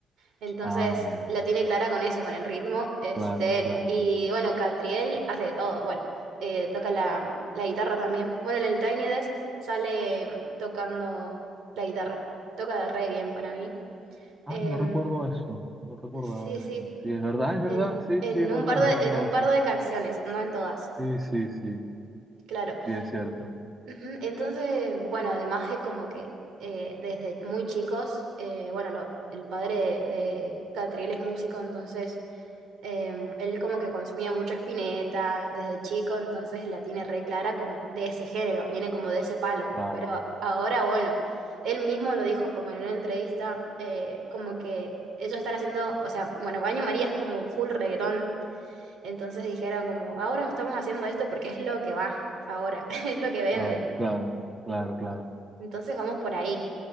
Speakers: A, on the right; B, on the right.
A: Entonces
B: Ah, mira,
A: la tiene clara con eso, con el ritmo, es
B: claro,
A: de él.
B: claro.
A: Y bueno, Catriel hace de todo, bueno, eh, toca la, la guitarra también. Bueno, en el Tiny Desk sale tocando la guitarra, toca re bien para mí.
B: Ah,
A: Em,
B: no recuerdo eso, no recordaba
A: sí,
B: eso.
A: sí,
B: Sí, es verdad, es verdad,
A: en,
B: sí,
A: en
B: sí, es
A: un
B: verdad,
A: par
B: no
A: de,
B: recordaba
A: en un
B: eso.
A: par de canciones, no en todas,
B: Sí, sí, sí,
A: claro.
B: sí, es cierto.
A: Ujú, Entonces, bueno, además es como que eh, desde muy chicos, eh, bueno, lo- el padre de, de Catriel es músico, entonces Em, él como que consumía mucho Spinetta desde chico, entonces la tiene re clara como de ese género, viene como de ese palo.
B: Claro,
A: Pero ahora, bueno, él mismo lo dijo como en una entrevista, eh, como que ellos están haciendo, o sea, bueno, Baño María es como full reggaetón, entonces dijeron como, ahora estamos haciendo esto porque es lo que va, ahora, <laughs> es lo que vende,
B: claro, claro, claro, claro.
A: entonces vamos por ahí.